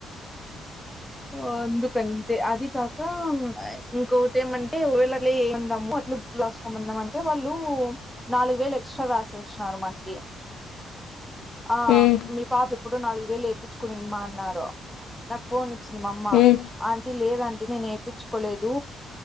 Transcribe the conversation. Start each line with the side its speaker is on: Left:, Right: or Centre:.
Centre: ఆ ఎందుకంటే అది కాక ఇంకొటి ఏమంటే వాల్ అట్లా చేయి అందాము. అట్లే బుక్ రాసుకోందామ అంటే వాళ్ళు నాలుగు వేలు ఎక్స్ట్రా రాసేసిన్నారు. మాకి ఆ
Left: హ్మ్.
Centre: మీ పాప ఎప్పుడు నాలుగు వేలు వేపిచ్చుకునిందమ్మా అన్నారు. నాకు ఫోన్ చి మామ్మ
Left: హ్మ్. హ్మ్.
Centre: అం లేదాంటి నేను ఏపిచ్చుకోలేదు.